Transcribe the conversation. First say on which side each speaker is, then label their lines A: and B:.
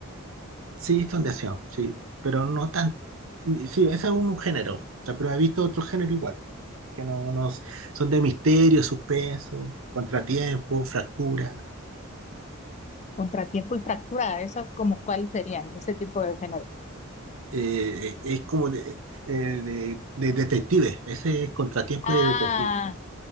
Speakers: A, on the right (about 70°); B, on the left (about 30°).
A: Sí, son de acción, sí, pero no tan... Sí, ese es un género, o sea, pero he visto otro género igual, po, que no, no- son de misterio, suspenso, contratiempo, fractura.
B: Contratiempo y fractura, esas como cuáles serían, ese tipo de género.
A: eh, es como de, eh, de, de detective, ese es contratiempo
B: Ah,
A: de detective.